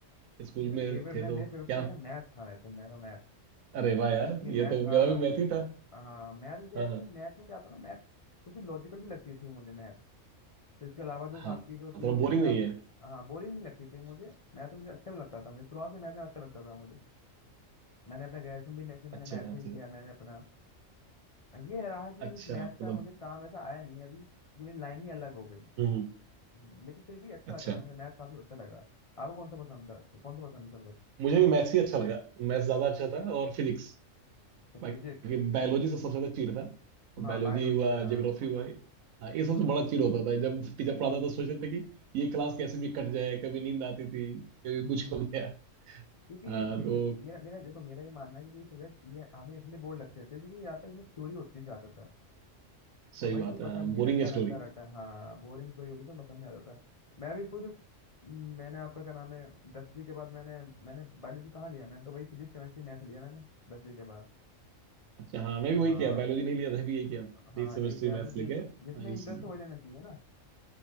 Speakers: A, on the right (about 85°); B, on the left (about 60°).
A: स्कूल
B: मेरा
A: में
B: फेवरेट
A: थे
B: मैं
A: तो
B: मेरे फेवरेट
A: क्या
B: तो मेरा मैथ था वैसे मेरा मैथ
A: अरे वाह यार
B: क्योंकि मैथ
A: ये तो
B: हाँ
A: मेरा भी मैथ ही था
B: हाँ मैथ क्योंकि
A: हाँ
B: एक्चुअली
A: हाँ
B: मैथ में क्या था ना मैथ कुछ लॉजिकल भी लगती थी मुझे मैथ तो इसके अलावा जो
A: हाँ
B: आपकी जो थी
A: थोड़ा बोरिंग
B: जैसे
A: नहीं
B: आप
A: है
B: हाँ बोरिंग नहीं लगती थी मुझे मैथ मुझे अच्छा भी लगता था मुझे शुरुआत से मैथ में अच्छा लगता था मुझे मैंने अपना ग्रेजुएशन भी मैथ मैंने
A: अच्छा
B: मैथ
A: था
B: में
A: अच्छा
B: ही किया
A: था।
B: मैंने अपना ये रहा कि
A: अच्छा
B: उस मैथ
A: मतलब
B: का मुझे काम ऐसा आया नहीं अभी कि मेरी लाइन ही अलग हो गई
A: हम्म
B: हम्म, लेकिन फिर भी अच्छा
A: अच्छा
B: लगा मुझे मैथ काफी अच्छा लगा आपको कौन सा पसंद था कौन सा पसंद
A: मुझे भी मैथ्स ही अच्छा लगा मैथ्स ज्यादा अच्छा था और फिजिक्स
B: था
A: बाकी
B: फिजिक्स
A: बायोलॉजी से सबसे ज्यादा चीड़ था
B: हाँ
A: बायोलॉजी
B: बायोलॉजी
A: हुआ
B: हाँ
A: ज्योग्राफी हुआ हाँ ये सबसे
B: हाँ
A: बड़ा चीड़ होता था जब टीचर पढ़ाता था सोचते थे कि ये क्लास कैसे भी कट जाए कभी नींद आती थी कभी
B: हम्म
A: कुछ
B: हम्म हम्म,
A: हो गया
B: हम्म। क्योंकि
A: हाँ
B: मे-
A: तो
B: मेरा मेरा देखो मेरा ये मानना है कि ये सब्जेक्ट ये हमें इसलिए बोर लगते थे क्योंकि या तो इसमें थ्योरी होती है ज्यादातर
A: सही
B: और वही
A: बात
B: चीज पसंद
A: है हाँ,
B: नहीं
A: बोरिंग
B: रटता
A: है स्टोरी
B: रटता रटता हाँ बोरिंग थ्योरी होती तो पसंद नहीं आता था मैं भी खुद म, मैंने आपका क्या नाम है दसवीं के बाद मैंने मैंने बायोलॉजी कहाँ लिया मैंने तो वही फिजिक्स केमिस्ट्री मैथ लिया मैंने दसवीं के बाद
A: अच्छा हाँ मैं
B: हाँ
A: भी वही किया बायोलॉजी नहीं लिया था भी यही किया
B: हाँ
A: एक सेमेस्ट्री
B: यही क्या है
A: मैथ्स
B: क्योंकि
A: लेके हाँ
B: जिसमें
A: ये
B: इंटरेस्ट
A: सही है।
B: हो वही लेना चाहिए ना